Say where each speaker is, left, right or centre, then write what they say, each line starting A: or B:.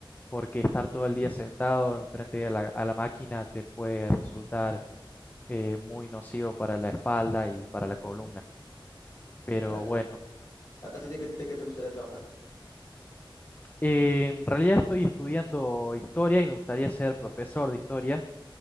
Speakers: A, on the left; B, on the left.
A: porque estar todo el día sentado enfrente a la, a la máquina te puede resultar eh, muy nocivo para la espalda y para la columna.
B: Ujú.
A: Pero
B: Ya, ya,
A: bueno,
B: ya. ¿A, a ti de qué, de qué te gustaría trabajar?
A: eh, en realidad estoy estudiando historia y me gustaría ser profesor de historia,